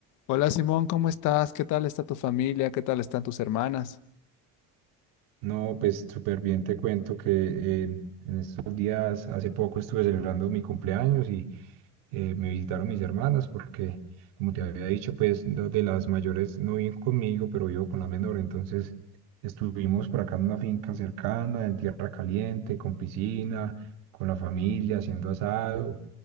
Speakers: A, on the left; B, on the right.
A: Hola Simón, ¿cómo estás? ¿Qué tal está tu familia? ¿Qué tal están tus hermanas?
B: No, pues súper bien te cuento que eh, en estos días, hace poco estuve celebrando mi cumpleaños y eh, me visitaron mis hermanas porque, como te había dicho, pues dos de las mayores no viven conmigo, pero vivo con la menor. Entonces estuvimos por acá en una finca cercana, en tierra caliente, con piscina, con la familia, haciendo asado